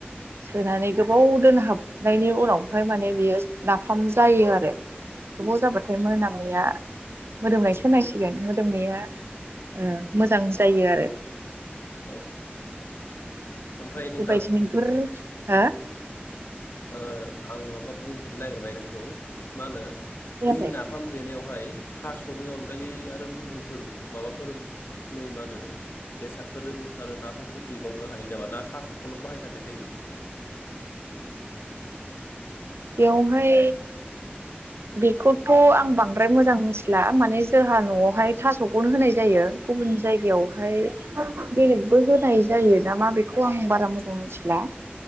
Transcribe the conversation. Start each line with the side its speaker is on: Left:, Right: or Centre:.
Right: सोनानै गोबाव दोनहाबनायनि उनाव ओमफ्राय माने बेयो नाफाम जायो आरो गोबाव जाबाथाय मोनामनाया मोदोमनायसो होननांसिगोन मोदोमनाया ओ मोजां जायो आरो
Left: औ ओमफ्राय
Right: बेबायदिनो
Left: नोंथां
Right: गोर हो <inaudible>
Left: ओ आं माबा बुंथेनो नागिरबाय नोंखौ मा होनो
Right: खोनायाखै
Left: ओइ नाफाम देनायाव हाय थास' स'नि अनगायै आरो गुबुनफोर माबाफोर मै मा होनो बेसादफोरजों आरो नाफावफोरखौ देबावनो हायो नामा ना थास'खौल बाहायखानाय जायो?
Right: बेवहाय बेखौथ' आं बांद्राय मोजां मिथिला माने जोंहा न'आवहाय थासखौनो होनाय जायो गुबुन जायगायावहाय
Left: ओ
Right: बेलेगबो होनाय जायो नामा बेखौ आं बारा मोजां मिथिला।